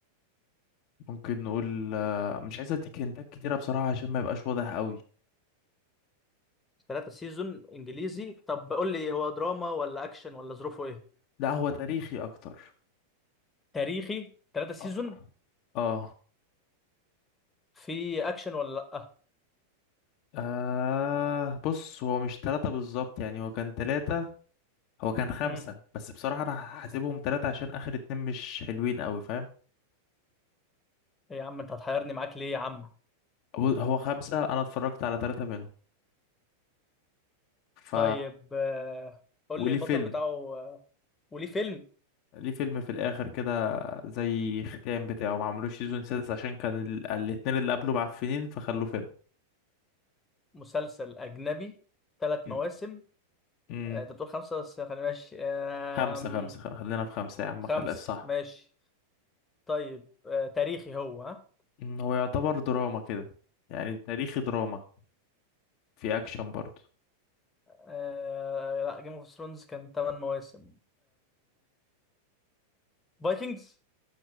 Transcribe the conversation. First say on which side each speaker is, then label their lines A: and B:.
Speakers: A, on the left; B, on the left.
A: ممكن نقول آه... مش عايز اديك هنتات كتيرة بصراحة عشان ما يبقاش واضح قوي
B: ثلاثة سيزون انجليزي طب قول لي هو دراما ولا اكشن ولا ظروفه ايه
A: لا هو تاريخي اكتر
B: تاريخي ثلاثة سيزون
A: اه اه
B: في اكشن ولا لا
A: آه، بص هو مش تلاتة بالظبط يعني هو كان تلاتة هو كان خمسة
B: امم
A: بس بصراحة أنا هحسبهم تلاتة عشان آخر اتنين مش حلوين أوي فاهم
B: إيه يا عم انت هتحيرني معاك ليه يا عم
A: هو هو خمسة أنا اتفرجت على تلاتة منهم ف
B: طيب آه، قول
A: وليه
B: لي البطل
A: فيلم
B: بتاعه آه، وليه فيلم
A: ليه فيلم في الآخر كده زي ختام بتاعه ما عملوش سيزون سادس عشان كان ال... الاتنين اللي قبله معفنين فخلوه فيلم
B: مسلسل أجنبي ثلاث
A: مم.
B: مواسم
A: مم.
B: آه، أنت بتقول خمسة بس خلينا ماشي آم،
A: خمسة خمسة خ- خلينا في خمسة يا عم
B: خمسة
A: خلي الصح
B: ماشي طيب آه، تاريخي هو ها؟
A: مم، هو يعتبر دراما كده يعني تاريخي دراما في أكشن برضه
B: آه، لا جيم اوف ثرونز كان ثمان مواسم فايكنجز